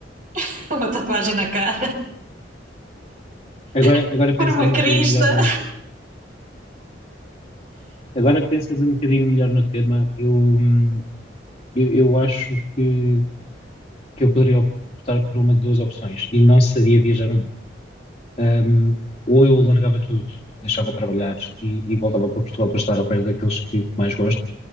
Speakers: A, on the right (about 45°); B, on the left (about 35°).
A: <laughs> uma tatuagem na cara,
B: Agora,
A: <laughs>
B: agora
A: pôr
B: pensando
A: uma crista.
B: um bocadinho melhor no, Agora, pensando um bocadinho melhor no tema, eu, hum, eu, eu acho que, que eu poderia optar por uma de duas opções e não seria viajar o mundo. Hum, ou eu largava tudo, deixava de trabalhar e, e voltava para Portugal para estar ao pé daqueles que mais gosto,